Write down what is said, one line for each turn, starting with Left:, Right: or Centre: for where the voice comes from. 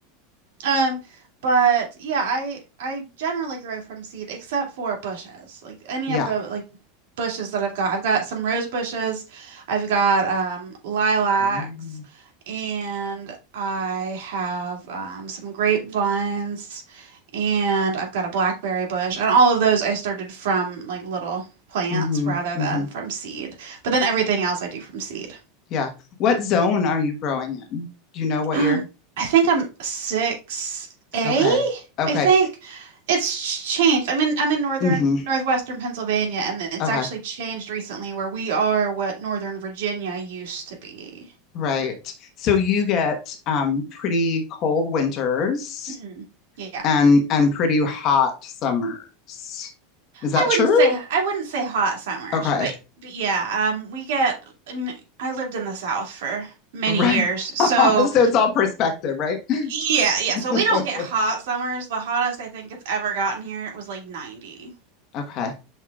Right: Um, but yeah, I I generally grow from seed except for bushes. Like any
Left: Yeah.
Right: of the like bushes that I've got. I've got some rose bushes, I've got um lilacs,
Left: Mm-hmm.
Right: and I have um some grapevines, and I've got a blackberry bush. And all of those I started from like little plants
Left: Mm-hmm.
Right: rather
Left: Mm-hmm.
Right: than from seed. But then everything else I do from seed.
Left: Yeah. What zone are you growing in? Do you know what
Right: Um,
Left: year?
Right: I think I'm six A,
Left: Okay. Okay.
Right: I think. It's changed. I'm in I'm in northern
Left: Mm-hmm.
Right: northwestern Pennsylvania and it's
Left: Okay.
Right: actually changed recently where we are what Northern Virginia used to be.
Left: Right. So you get um pretty cold winters.
Right: hmm Yeah.
Left: and and pretty hot summers. Is that
Right: I wouldn't
Left: true?
Right: say I wouldn't say hot summers,
Left: Okay.
Right: but but yeah, um we get I mean I lived in the South for many
Left: Right.
Right: years. So
Left: <laughs> so it's all perspective, right?
Right: yeah, yeah. So
Left: <laughs>
Right: we don't get hot summers. The hottest I think it's ever gotten here it was like 90.
Left: okay.